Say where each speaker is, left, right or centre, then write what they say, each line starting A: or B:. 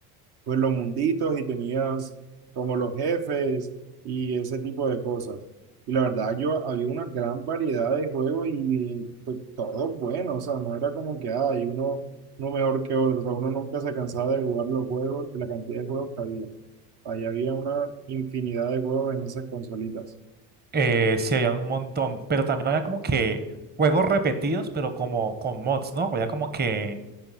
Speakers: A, on the right; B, on the right.
A: pues los munditos y tenías como los jefes y ese tipo de cosas. Y la verdad, yo había una gran variedad de juegos y pues, todos buenos, o sea, no era como que ah, hay uno, uno mejor que otro, o sea, uno nunca se cansaba de jugar los juegos, de la cantidad de juegos que había. Ahí había una infinidad de juegos en esas consolitas.
B: Eh, sí, había un montón, pero también había como que juegos repetidos, pero como con mods, ¿no? Había como que